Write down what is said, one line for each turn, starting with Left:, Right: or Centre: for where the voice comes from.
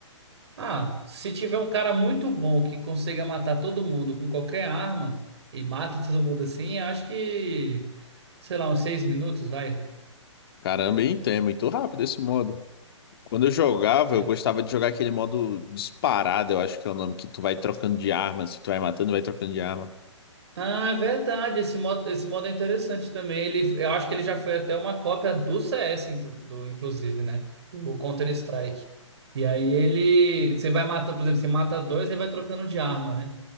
Right: Ah, se tiver um cara muito bom que consiga matar todo mundo com qualquer arma e mata <laughs> todo mundo assim, acho que, sei lá, uns seis minutos, vai.
Left: Caramba, hein? Então é muito rápido esse modo. Quando eu jogava,
Right: É.
Left: eu gostava de jogar aquele modo disparado, eu acho que é o nome, que tu vai trocando de arma, se tu vai matando, vai trocando de arma.
Right: Ah, é verdade. Esse modo, esse modo é interessante também. Ele, eu acho que ele já foi até uma cópia do CS, inclu- do, inclusive, né? Do Counter-Strike. E aí ele. Você vai matando, por exemplo, você mata dois e vai trocando de arma, né?